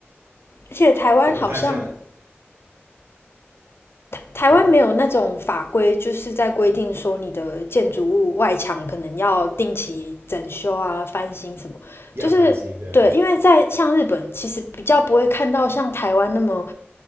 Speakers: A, on the left (about 65°); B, on the right (about 65°).
A: 而且台湾好像
B: 就不太像，
A: 台湾没有那种法规，
B: 嗯，
A: 就是在规定说你的建筑物外墙可能要定期整修啊、翻新什么，
B: 要翻新的，
A: 就是对，因为在像日本，其实比较不会看到像台湾那么